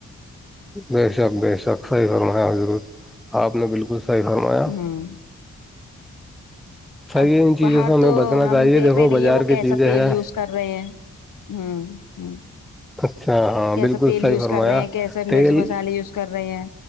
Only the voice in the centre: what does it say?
بے شک بے شک صحیح فرمایا ہو ضرور آپ نے بالکل س صحیح فرمایا
صحیح
ہے ان چیزوں
سے ہمیں
بچنا چاہیے
دیکھو
بازار
کی
چیزیں
ہے
اچھا ہاں
بالکل
صحیح
فرمایا
تیل